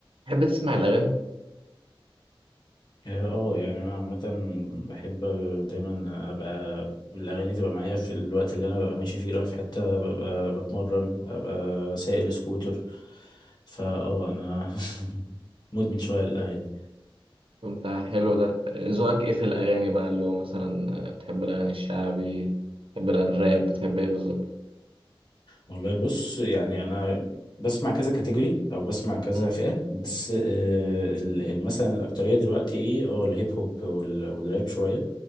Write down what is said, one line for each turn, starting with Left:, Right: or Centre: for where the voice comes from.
Right: تحب تسمع الأغاني؟
Left: اه يعني انا عامة بحب دايما ابقى الاغاني تبقى معايا في الوقت اللي انا ببقى ماشي فيه رايح في حتة ببقى بتمرن ابقى سايق السكوتر فا اه انا <laughs> مدمن شوية الاغاني
Right: كنت حلو ده ذوقك إيه في الأغاني بقى اللي هو مثلا آه، بتحب الأغاني الشعبي بتحب الراب بتحب إيه بالظبط؟
Left: والله بص يعني انا بسمع كذا كاتيجوري او بسمع كذا
Right: مم.
Left: فئه بس آه، ال- ال- مثلا الاكتريه دلوقتي ايه اه الهيب هوب وال- والراب شويه